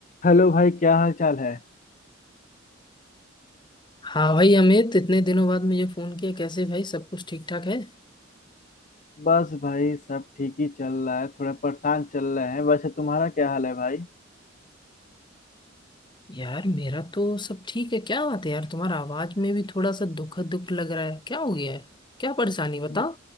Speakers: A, on the left; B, on the left.
A: Hello भाई क्या हाल चाल है
B: हाँ भाई अमित इतने दिनों बाद मुझे फोन किया कैसे भाई सब कुछ ठीक ठाक है
A: बस भाई सब ठीक ही चल रहा है थोड़ा परेशान चल रहे हैं वैसे तुम्हारा क्या हाल है भाई
B: यार मेरा तो सब ठीक है क्या बात है यार तुम्हारा आवाज में भी थोड़ा सा दुख दुख लग रहा है क्या हो गया है क्या परेशानी बताओ
A: ब-